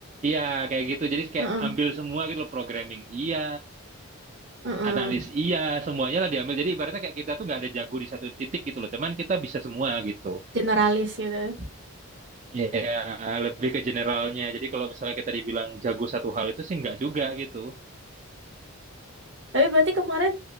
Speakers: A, on the right (about 30°); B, on the right (about 55°).
A: iya kayak gitu. Jadi kayak
B: Heeh.
A: ambil semua gitu loh, programming iya,
B: Heeh.
A: analis iya, semuanya lah diambil. Jadi ibaratnya kayak kita tuh nggak ada jago di satu titik gitu loh. Cuman kita bisa semua gitu.
B: Generalis gitu.
A: Iya, lebih ke generalnya. Jadi kalau misalnya kita dibilang jago satu hal itu sih nggak juga gitu.
B: Tapi berarti kemarin